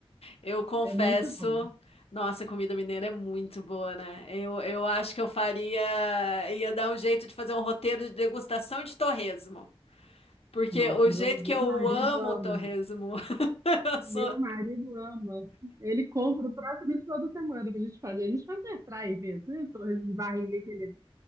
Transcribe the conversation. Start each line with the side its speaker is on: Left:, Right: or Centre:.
Left: Eu confesso,
Right: É muito bom.
Left: nossa, a comida mineira é muito boa, né? Eu, eu acho que eu faria, ia dar um jeito de fazer um roteiro de degustação de torresmo. Porque
Right: Nossa,
Left: o
Right: meu,
Left: jeito
Right: meu
Left: que eu
Right: marido
Left: amo
Right: ama.
Left: o torresmo, <laughs> eu
Right: Meu
Left: sou.
Right: marido ama. Ele compra o prato desse toda semana pra gente fazer. A gente faz air fry mesmo, né? Torresmo de barriga que ele...